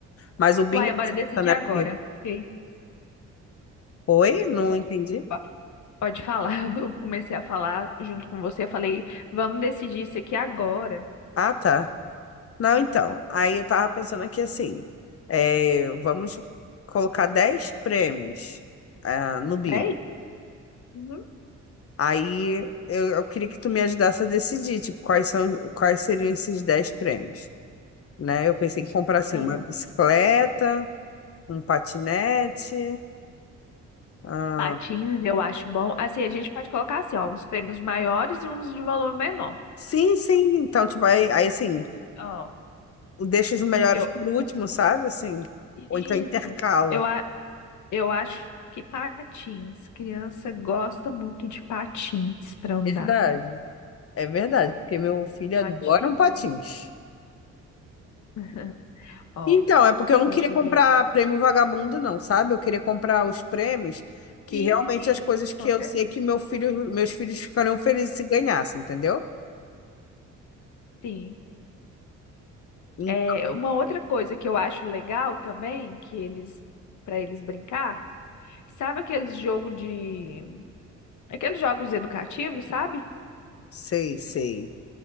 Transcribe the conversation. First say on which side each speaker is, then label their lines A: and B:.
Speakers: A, on the left; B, on the left.
A: mas o bingo
B: Uai, bora decidir
A: né
B: agora.
A: porque
B: Ok.
A: oi não
B: Pode,
A: entendi
B: po- pode falar. <laughs> Eu comecei a falar junto com você. Eu falei, vamos decidir isso aqui agora.
A: ah tá não então aí eu tava pensando aqui assim é, vamos colocar dez prêmios ah, no bingo
B: Bem? Uhum.
A: aí eu eu queria que tu me ajudasse a decidir tipo quais são quais seriam esses dez prêmios né eu pensei em comprar assim
B: Aham.
A: uma bicicleta um patinete ah
B: Patins, eu acho bom. Assim, a gente pode colocar assim, ó, uns prêmios maiores e uns de valor menor.
A: sim sim então tu vai aí sim
B: E- Ó,
A: deixa os melhores
B: eu.
A: para o último sabe assim
B: Isso.
A: ou então intercala
B: Eu, a- Eu acho que patins. Criança gosta muito de patins para andar.
A: Verdade. É verdade, porque meu filho
B: Patins.
A: adora um patins.
B: <laughs> Ó,
A: Então, é porque eu não
B: deixa
A: queria comprar
B: eu ver.
A: prêmio vagabundo, não, sabe? Eu queria comprar os prêmios que
B: Sim,
A: realmente
B: sim,
A: as coisas que
B: com
A: eu
B: certeza.
A: sei que meu filho, meus filhos ficariam felizes se ganhassem, entendeu?
B: Sim.
A: Em-
B: É, uma outra coisa que eu acho legal também, que eles para eles brincar, sabe aqueles jogo de aqueles jogos educativos, sabe?
A: Sei, sei.